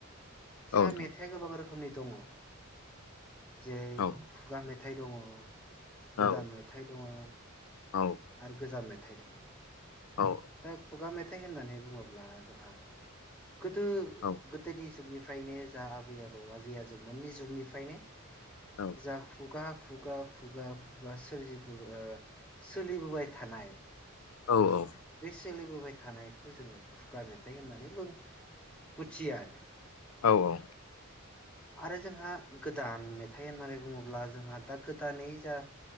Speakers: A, on the left; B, in the centre.
A: औ
B: जोंहा
A: नोंथां
B: मेथाइआ गोबां रोखोम खोमै दङ जेरै
A: औ
B: खुगा मेथ मेथाइ दङ
A: औ
B: गोदान मेथाइ दङ
A: औ
B: आरो गोजा मेथ थाय दङ
A: औ
B: दा खुगा मेथाइ होननानै बुङोब्ला जोंहा गोदो
A: औ
B: गोदोनि जुगनि फ्रायनो जा आबै आबौ आजै आजौमोननि जुगनिफ्रायनो
A: औ
B: जा खुगा खुगा खुगा खुगा सोरजिबो ओ सोलिबोबाय थानाय
A: औ औ।
B: बे सोलिबोबाय थानायखौ जोङो खुगा मेथाइ होननानैबो मोथियो आरो।
A: औ औ।
B: आरो जोंहा गोदान मेथाइ होननानै बुङोब्ला जोंहा दा गोदानै जा